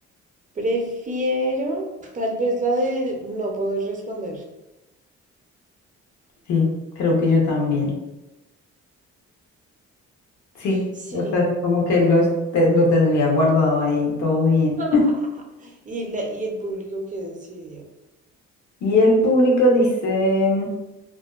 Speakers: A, on the right; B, on the left.
A: Prefiero, tal vez la de no poder responder.
B: Sí, creo que yo también. Sí,
A: Sí,
B: o sea, como que lo, es- te- lo tendría guardado ahí, todo bien.
A: <laughs> Y el, y el público que decidió.
B: Y el público dice